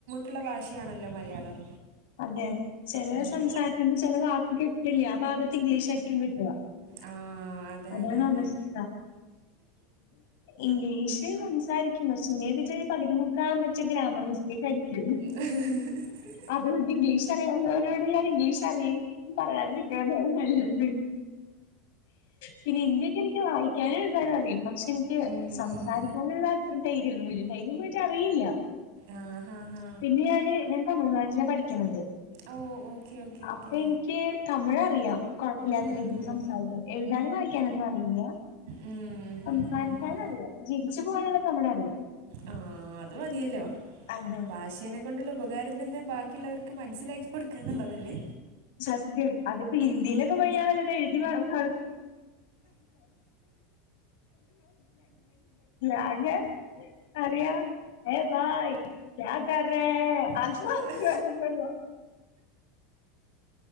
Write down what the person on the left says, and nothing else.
അതെ ചെലര്
സംസാരിക്കുമ്പോ ചില വാക്ക് കിട്ടില്ല ആ ഭാഗത്ത് ഇംഗ്ലീഷ് ആായിരിക്കും കിട്ട
അതാണ്
അവസ്ഥ ഇംഗ്ലീഷ് സംസാരിക്കും പക്ഷെ ഒരു പകുതി മുക്കാലും മച്ചേ ഗ്രാമർ മിസ്റ്റേക്ക് ആയിരിക്കും
അതുകൊണ്ട് ഇംഗീഷറിയാവുന്നവരോട് ഞാൻ ഇംഗീഷ് അറിയ പറയാതിരിക്കുന്നത നല്ലത് പിന്നെ ഹിന്തിക്കെ എനിക്ക് വായിക്കാനും എഴുതാനും അറിയും പക്ഷെ എനിക്ക്
സംസാരിക്കാനോള്ളാ അത്ര ധൈര്യൊന്നുല്ലാ ധൈര്യം വച്ച അറിയില്ല
പിന്നെ ഞാന് ഞാൻ തമിഴ്നാട്ടില് പഠിക്കുന്നത്
അപ്പൊ
എനിക്ക് തമിഴറിയാം കൊഴപ്പില്ലാത്ത
രീതിക്ക് സംസ എഴുതാനും വായിക്കാനൊന്നും അറിയില്ല
സംസാരിക്കാൻ
അറിയ ജീവിച്ചു പോകാനുള്ള തമിഴ് അറിയാം
അതെ
സത്യം അതിപ്പോ ഇന്ത്യയിലൊക്കെ പഴിയാൻമല്ലത എഴുതി മാും <unintelligible> <unintelligible> അറിയ ഏഹ് ഭായ് ക്യാ കർ റേ അത്
മാത്രം അറിയൊള്ളു